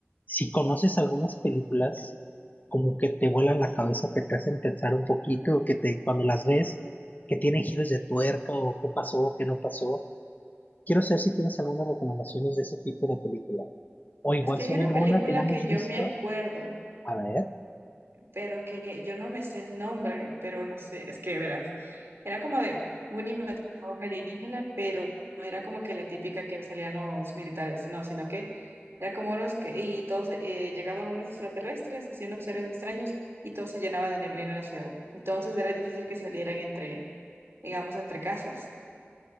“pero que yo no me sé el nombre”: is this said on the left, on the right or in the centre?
Right